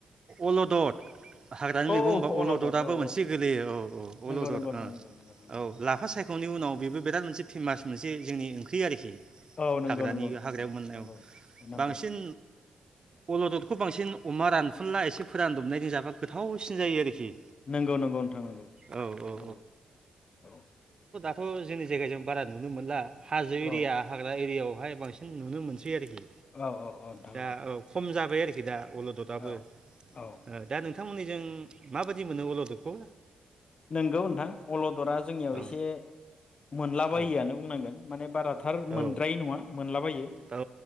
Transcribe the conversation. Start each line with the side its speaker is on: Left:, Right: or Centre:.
Right: अलदद हाग्रानि मैगं
Left: औ
Right: होनबा अलददआो
Left: अलदर औ
Right: मोनसे
Left: औ
Right: गोगलैयो औ औ
Left: नंगौ
Right: अलदद
Left: नंगौ नोंथां नंगौ नंगौ नंगौ
Right: औ
Left: नंगौ
Right: लाफा सायख'नायनि उनाव बेबो बिराद मोनसे फेमास मोनसे जोंनि ओंख्रि आरोखि
Left: औ नंगौ
Right: हाग्रानि
Left: नंगौ नोंथां
Right: हाग्रायाव
Left: नंगौ
Right: मोननाय
Left: नंगौ नंगौ
Right: बांसिन अलददखौ बांसिन अमा रानफुनला एसे फोरानदबनायजों जाबा गोथावसिन जायो आरोखि
Left: नंगौ नंगौ नोंथां नंगौ
Right: औ औ
Left: नंगौ औ
Right: थ' जोंनि जायगाजों बारा नुनो मोनला हाजो एरिया
Left: औ
Right: हाग्रा एरियायाव बेवहाय बांसिन नुनो मोन सै आरोखि
Left: औ औ औ नोंथां
Right: दा औ खम जा बाय आरोखि दा अलददाबो
Left: औ
Right: ओ
Left: औ
Right: दा नों नोंथांमोननिजों माबायदि मोनो अलददखौ?
Left: नंगौ नोंथां अलददा जोंनियाव
Right: औ
Left: एसे मोनलाबायोआनो
Right: औ
Left: बुंनांगोन माने बाराथार
Right: औ
Left: मोनद्राय नङा मोनलाबायो
Right: औ